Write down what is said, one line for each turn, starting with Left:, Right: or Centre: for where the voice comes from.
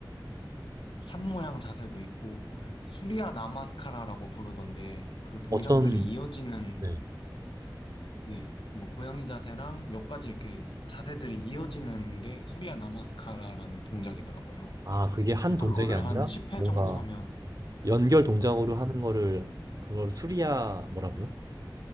Left: 산 모양 자세도 있고 수리아 나마스카라라고 부르던데 그 동작들이
Right: 어떤,
Left: 이어지는
Right: 네.
Left: 네, 뭐 고양이 자세랑 몇 가지 이렇게 자세들이 이어지는 게 수리아 나마스카라라는 동작이더라고요.
Right: 아, 그게 한
Left: 그래서
Right: 동작이
Left: 그거를
Right: 아니라
Left: 한 10회
Right: 뭔가
Left: 정도 하면
Right: 연결 동작으로
Left: 네,
Right: 하는 거를 그걸 수리야 뭐라고요?